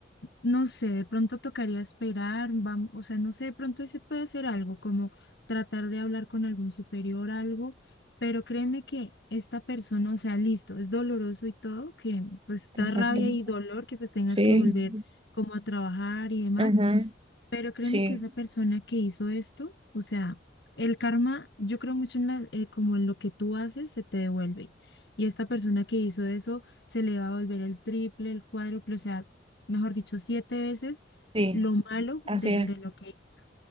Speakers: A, on the left; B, on the right.
A: no sé, de pronto tocaría esperar, vam- o sea, no sé, de pronto se puede hacer algo, como tratar de hablar con algún superior, algo, pero créeme que esta persona, o sea, listo, es doloroso y todo, que pues
B: Exacto.
A: da rabia y dolor que pues tengas
B: Sí.
A: que volver como a trabajar y demás
B: Ujú,
A: pero créeme
B: Sí,
A: que esa persona que hizo esto, o sea, el karma, yo creo mucho en la, eh, como en lo que tú haces, se te devuelve. Y esta persona que hizo eso, se le va a volver el triple, el cuádruple, o sea, mejor dicho, siete veces
B: sí.
A: lo malo
B: Así
A: de, de
B: es.
A: lo que hizo.